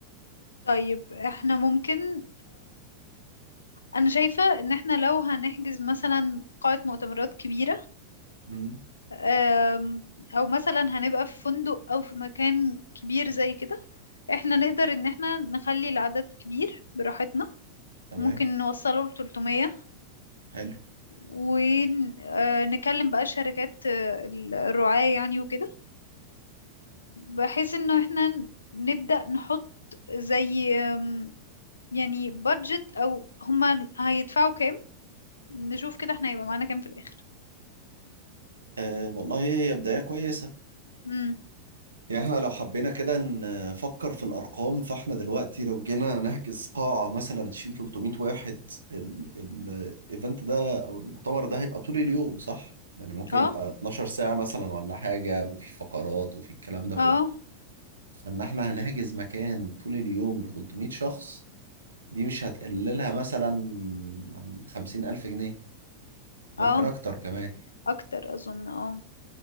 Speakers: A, on the left; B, on the right.
A: طيب احنا ممكن انا شايفة ان احنا لو هنحجز مثلا قاعة مؤتمرات كبيرة
B: مم.
A: أم، او مثلا هنبقى في فندق او في مكان كبير زي كده احنا نقدر ان احنا نخلي العدد كبير براحتنا
B: تمام
A: ممكن نوصله ل 300
B: حلو
A: ونكلم بقى شركات آه، ال- الرعاة يعني وكده بحيث انه احنا ن- نبدأ نحط زي آم، يعني بادجت او هما هيدفعوا كام نشوف كده احنا هيبقى معانا كام في الاخر
B: آه والله هي بدايه كويسه
A: امم
B: يعني إحنا لو حبينا كده نفكر في الارقام فاحنا دلوقتي لو جينا نحجز قاعه مثلا تشيل 300 واحد الايفنت ده او المؤتمر ده هيبقى طول اليوم صح يعني ممكن
A: اه
B: يبقى 12 ساعه مثلا ولا حاجه وفي فقرات وفي الكلام ده كله
A: اه
B: فان احنا هنحجز مكان طول اليوم ل 300 شخص دي مش هتقللها مثلا عن خمسين ألف جنيه ممكن
A: اه
B: أكتر كمان
A: اكتر اظن اه